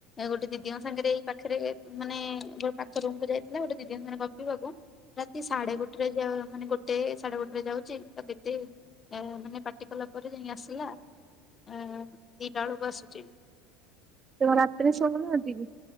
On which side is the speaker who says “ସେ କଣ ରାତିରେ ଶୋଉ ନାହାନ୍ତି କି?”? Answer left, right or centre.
Right